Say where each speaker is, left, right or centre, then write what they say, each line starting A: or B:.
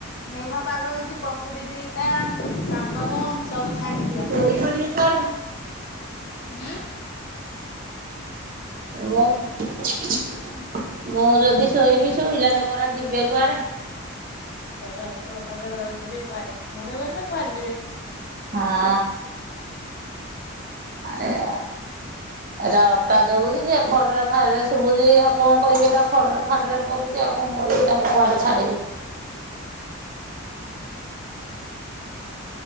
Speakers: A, on the left; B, on the right.
A: ମେଘୁଆ ପାଗ ହେଇଛି ପକୁଡି ଦିଟା ପାମ୍ପଡ ସବୁ ଛାଣିଦିଅ।
B: ଏଇ ଯୋଡ଼ିକ କର।
A: ଉଁ।
B: ମୁଁ ଛିକ୍ ଛିକ ମୁଁ ଯଦି ଶୋଇବି ଶୋଇଲା ଲୋକରା ଯିବେ କୁଆଡେ?
A: ଶୋଇବା ଲୋକ ଘରେ ରହି ଯିବେ କୁଆଡେ? ଘରେ ରହିବେ କୁଆଡ ଯିବେ।
B: ହଁ ଆଇଆ ଏଇଟା ଅଟା ଦଳୁଛି ଯେ ଖଡରେ ଖାଡରେ ଶୁଭୁଛି। ଆଉ କଣ କରିବି ଏଟା ଖଡରେ ଖାଡରେ କରୁଛି ଚି ଆଉ କଣ କରିବି ତାଙ୍କୁ କୁଆଡେ ଛାଡିବି।